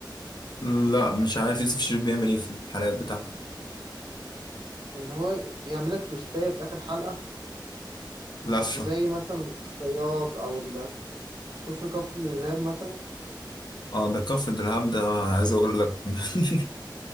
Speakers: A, on the left (about 60°); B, on the right (about 65°).
A: <laughs> لا مش عارف يوسف الشريف بيعمل إيه في الحلقات بتاعته
B: اللي هو بيعملك توستاية في آخر حلقة
A: لفة
B: زي مثلا الصياد أو ال شوف الكفر الإرهاب مثلا
A: اه ده كفر دلهاب ده عايز أقول لك <laughs>